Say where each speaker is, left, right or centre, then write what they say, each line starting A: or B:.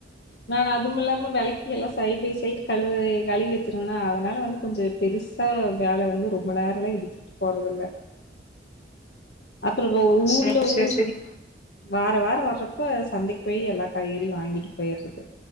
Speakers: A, on the left (about 65°); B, on the left (about 40°).
A: நான் அதும் இல்லாம வெலக்கி எல்லா சைட் பை சைட் கழுவவே கழுவி வச்சுருவனா அதனால வந்து கொஞ்ச பெருசா வேல வந்து ரொம்ப நேரலா இழுத்துக்கிட்டு போறதில்ல அப்ற ஒங்க ஊர்ல
B: சேரி சேரி
A: ஊர்
B: சேரி
A: வார வார் ஆ வர்றப்ப சந்தைக்கு போய் எல்லா காய்கறியு வாங்கிட்டு போய்றது